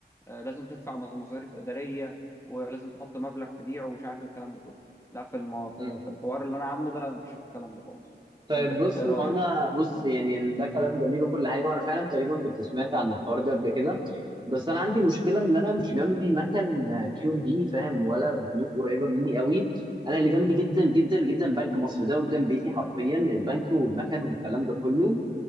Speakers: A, on the left; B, on the right.
A: آه، لازم تدفع مص- مصاريف اداريه ولازم تحط مبلغ تبيعه ومش عارف ايه والكلام ده كله لا في المو... في
B: مم.
A: في الحوار اللي انا عامله ده مفيش الكلام ده خالص
B: طيب
A: فانت
B: بص
A: ايه
B: ما
A: رايك
B: انا بص
A: في حاجه
B: يعني
A: زي كده
B: ده كلام جميل وكل حاجه وانا فعلا تقريبا كنت سمعت عن الحوار ده قبل كده بس انا عندي مشكله ان انا مش جنبي مكان كيو ام بي فاهم ولا بنوك قريبه مني قوي انا اللي جنبي جدا جدا جدا بنك مصر ده قدام بيتي حرفيا البنك والمكن والكلام ده كله